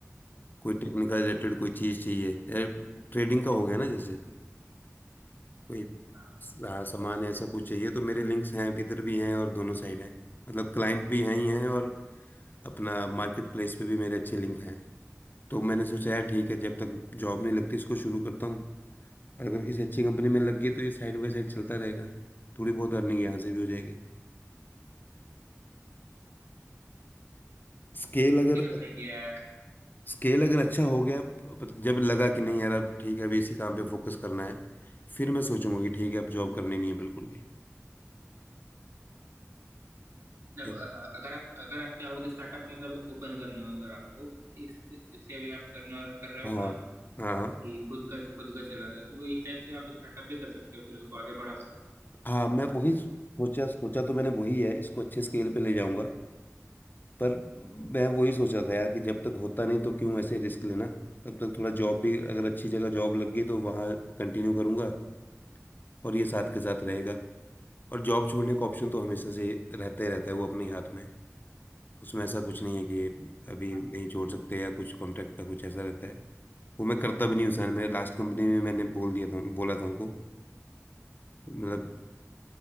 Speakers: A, on the left; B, on the right.
A: कोई टेक्निकल रिलेटेड कोई चीज़ चाहिए ट्रेडिंग का हो गया ना जैसे कोई
B: हाँ
A: स- हाँ, सामान ऐसा कुछ चाहिए तो मेरे लिंक्स हैं इधर भी हैं और दोनों साइड हैं मतलब क्लाइंट भी हैं ही हैं और अपना मार्केट प्लेस पे भी मेरे अच्छे लिंक हैं तो मैंने सोचा यार ठीक है जब तक जॉब नहीं लगती इसको शुरू करता हूँ। और अगर किसी अच्छी कंपनी में लग गई तो ये साइड बाय साइड चलता रहेगा थोड़ी बहुत अर्निंग यहाँ से भी हो जाएगी स्केल अगर
B: ये तो सही किया
A: स्केल अगर अच्छा हो गया प- जब लगा कि नहीं यार अब ठीक है अभी इसी काम पे फोकस करना है फिर मैं सोचूंगा कि ठीक है अब
B: है
A: जॉब करनी नहीं है बिल्कुल भी
B: मतलब
A: ठीक
B: अ,
A: है।
B: अगर आप अगर आप चाहो तो स्टार्टअप मतलब ओपन करना अगर आपको तो इस जैसे अभी आप करना कर रहे
A: हाँ
B: हो ना
A: हाँ
B: कि खुद का खुद का चला रहे हो तो वो एक टाइप से आप स्टार्टअप भी कर सकते हो फिर उसको आगे बढ़ा सकते
A: हाँ मैं वही सोचा सोचा तो मैंने वही है इसको अच्छे स्केल पे ले जाऊंगा पर मैं वही सोचा था यार कि जब तक होता नहीं तो क्यों ऐसे रिस्क लेना तब तक थोड़ा जॉब भी अगर अच्छी जगह जॉब लग गई तो वहाँ कंटिन्यू करूंगा और ये साथ के साथ रहेगा और जॉब छोड़ने का ऑप्शन तो हमेशा से रहता ही रहता है वो अपने ही हाथ में है। उसमें ऐसा कुछ नहीं है कि अभी
B: हाँ
A: नहीं छोड़ सकते या कुछ कॉन्ट्रैक्ट का कुछ ऐसा रहता है वो मैं करता भी नहीं हूँ सर मेरे लास्ट कंपनी
B: हो
A: में मैंने बोल दिया था बोला था उनको मतलब